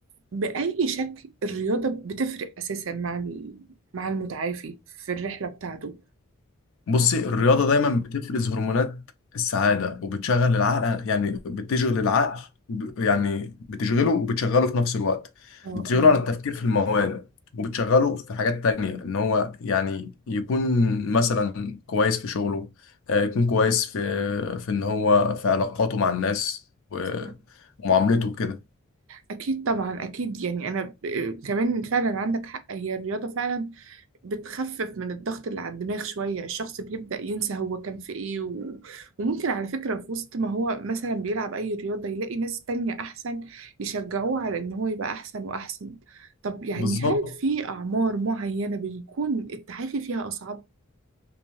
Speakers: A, on the right (about 65°); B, on the left (about 65°).
A: بأي شكل الرياضة بتفرق أساسا مع ال- مع المتعافي في الرحلة بتاعته؟
B: بصي الرياضة دايما بتفرز هرمونات السعادة وبتشغل العقل يعني بتشغل العقل وب- يعني بتشغله وبتشغله في نفس الوقت
A: اه
B: بتشغله
A: اه
B: على التفكير في المواد وبتشغله في حاجات تانية إن هو يعني يكون مثلا كويس في شغله آه، يكون كويس في في إن هو في علاقاته مع الناس و-
A: صح.
B: ومعاملته كده
A: أكيد طبعا أكيد يعني أنا ب- كمان فعلا عندك حق هي الرياضة فعلا بتخفف من الضغط اللي على الدماغ شوية الشخص بيبدأ ينسى هو كان في ايه و... وممكن على فكرة في وسط ما هو مثلا بيلعب اي رياضة يلاقي ناس تانية احسن يشجعوه على ان هو يبقى احسن واحسن طب يعني
B: بالظبط
A: هل في اعمار معينة بيكون التعافي فيها اصعب؟